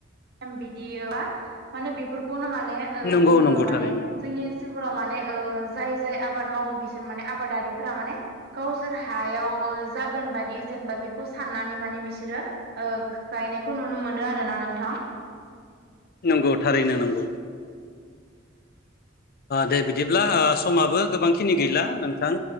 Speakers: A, on the right (about 55°); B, on the left (about 50°).
A: बिदि माने बेफोरखौनो माने ओ-जोङो
B: नंगौ नंगौ
A: माने
B: थारैनो
A: जोंनि ओनसोल। फोराव माने ओ-जाय जाय आबाद मावो बिसोर माने आबादारिफोरा माने गावसोर हायाव। जागोन बाददि जेनेबा बेखौ साननानै माने बिसोरो ओ-गायनायखौ नुनो मोनो आरोना नोंथां।
B: नंगौ थारैनो नांगौ। दे बिदिब्ला समाबो गोबांखिनि गैला नोंथां